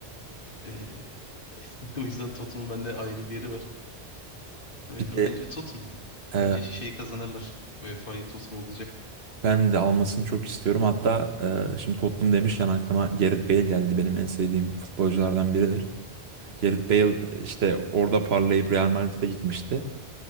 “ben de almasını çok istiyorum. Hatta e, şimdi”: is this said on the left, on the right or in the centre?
Right